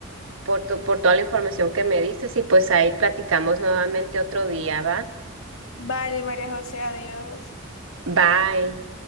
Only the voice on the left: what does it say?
Vale, María José, adiós.